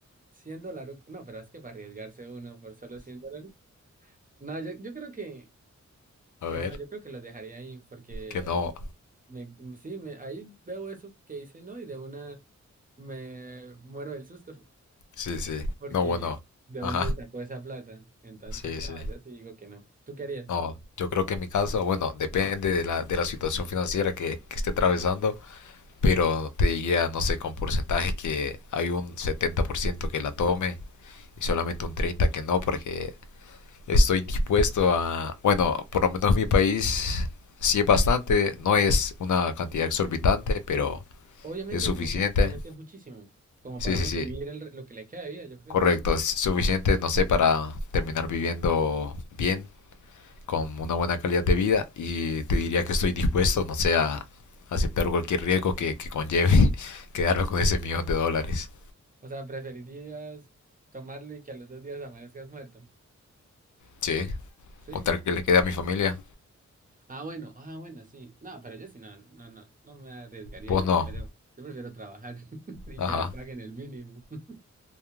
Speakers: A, on the right; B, on the left.
A: cien dólares. No, pero es que para arriesgarse uno por solo 100 dólares. No, yo, yo creo que,
B: A
A: que
B: ver.
A: no, yo creo que los dejaría ahí porque
B: Que no.
A: me, mm, sí, me, ahí veo eso que hice, ¿no? Y de una me muero del susto <laughs>
B: Sí, sí.
A: porque
B: No, bueno.
A: ¿de dónde
B: Ajá.
A: sacó esa plata? Entonces,
B: Sí,
A: no,
B: sí.
A: yo sí digo que no. ¿Tú qué harías?
B: No, yo creo que en mi caso, bueno, depende de la, de la situación financiera que, que esté atravesando, pero te diría, no sé, con porcentajes que hay un 70% que la tome y solamente un 30% que no, porque estoy dispuesto a, bueno, por lo menos mi país sí es bastante, no es una cantidad exorbitante, pero
A: Obviamente
B: es suficiente.
A: es mucho, obviamente es muchísimo, como
B: Sí,
A: para
B: sí,
A: uno
B: sí,
A: vivir el re- lo que le queda de vida, yo creo.
B: correcto, es suficiente, no sé, para terminar viviendo bien, con una buena calidad de vida y te diría que estoy dispuesto, no sé, a aceptar cualquier riesgo que, que conlleve <laughs> quedarme con ese millón de dólares.
A: O sea, preferirías tomarlo y que a los dos días amanezcas muerto.
B: Sí,
A: Sí.
B: contar que le quede a mi familia,
A: Ah, bueno, ah, bueno, sí. No, pero yo sí no, no, no, no me arriesgaría.
B: pues
A: Yo
B: no,
A: prefiero, yo prefiero trabajar <laughs> y
B: ajá,
A: que me paguen el mínimo. <laughs>